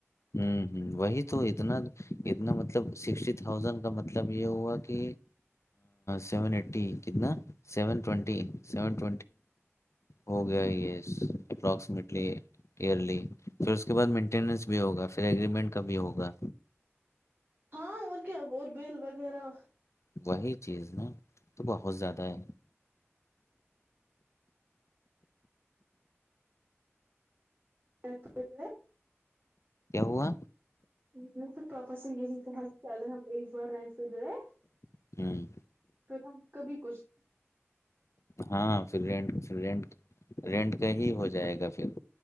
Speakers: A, on the left; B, on the right.
A: ہ ہ وہی تو اتنا اتنا مطلب سٹی تھازینڈ کا مطلب یہ ہوا کہ سیون ای کتنا سیونٹ سیونٹ ہو گیا یہ اپرٹلی ایئرلی پھر اس کے بعد مینس بھی ہوگا پھر ایگریمنٹ کا بھی ہوگا
B: ہاں اور کیا ب بل وغیرہ
A: وہی چیز نا تو بہت زیادہ ہے
B: رینٹ پہ گئے،
A: کہ ہوا
B: میں نے خود پاپا سے یہی کہا کہ اگر ہم ایک بار رہ پھر گئے
A: ہوں
B: پھر ہم کبھی کچھ
A: ہاں پھر رینٹ رینٹ رینٹ کا ہی ہو جائے گا پھر